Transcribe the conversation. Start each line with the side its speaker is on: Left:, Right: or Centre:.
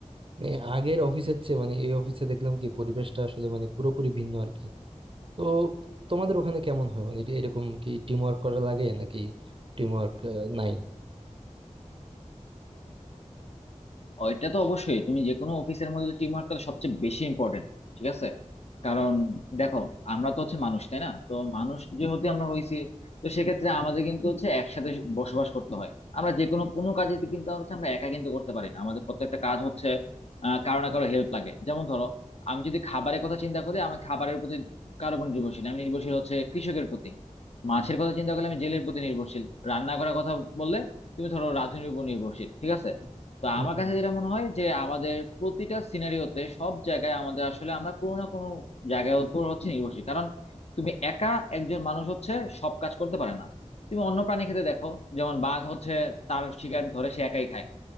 Right: মানে আগের অফিসের চেয়ে মানে এই অফিসে দেখলাম কি পরিবেশটা আসলে মানে পুরোপুরি ভিন্ন আর কি তো তোমাদের ওখানে কেমন হয় মানে এটা এরকম কি টিম ওয়ার্ক করা লাগে নাকি টিম ওয়ার্ক নাই
Left: ওইটা তো অবশ্যই তুমি যে কোনো অফিসের মধ্যে টিম ওয়ার্কটা সবচেয়ে বেশি ইম্পর্টেন্ট ঠিক আছে কারণ দেখো আমরা তো হচ্ছে মানুষ তাই না তো মানুষ যেহেতু আমরা হইছি তো সেক্ষেত্রে আমাদের কিন্তু হচ্ছে একসাথে বসবাস করতে হয় আমরা যে কোনো কোনো কাজে কিন্তু হচ্ছে আমরা একা কিন্তু করতে পারি না আমাদের প্রত্যেকটা কাজ হচ্ছে আহ কারো না কারো হেল্প লাগে যেমন ধরো আমি যদি খাবারের কথা চিন্তা করি আমি খাবারের প্রতি কারো উপর নির্ভরশীল আমি নির্ভরশীল হচ্ছে কৃষকের প্রতি মাছের কথা চিন্তা করলে আমি জেলের প্রতি নির্ভরশীল রান্না করার কথা বললে তুমি ধরো রাঁধুনির উপর নির্ভরশীল ঠিক আছে তো
Right: হুম
Left: আমার কাছে যেটা মনে হয় যে আমাদের প্রতিটা সিনারিওতে সব জায়গায় আমাদের আসলে আমরা কোনো না কোনো জায়গার উপর হচ্ছে নির্ভরশীল কারণ তুমি একা একজন মানুষ হচ্ছে সব কাজ করতে পারে না তুমি অন্য প্রাণী ক্ষেত্রে দেখো যেমন বাঘ হচ্ছে তার শিকার ধরে সে একাই খায়